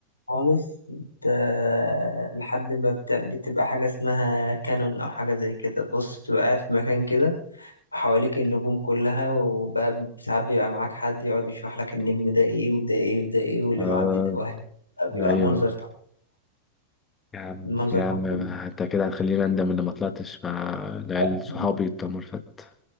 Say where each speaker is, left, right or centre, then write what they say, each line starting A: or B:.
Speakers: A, on the left; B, on the left.
A: خالص بت... لحد ما بت... بتبقى حاجة اسمها كانون أو حاجة زي كده بص بتبقى قاعد في مكان كده وحواليك النجوم كلها وبقى ساعات بيبقى معاك حد يقعد يشرح لك النجم ده ايه وده ايه وده ايه واللي
B: آه.
A: معدي ده واحد بيبقى
B: ايوه
A: منظر تحفة
B: يا عم
A: منظر
B: يا
A: تحفة
B: عم انت
A: جدا
B: كده هتخليني اندم ان ما طلعتش مع العيال
A: لا
B: صحابي
A: تندم
B: بتوع مرفت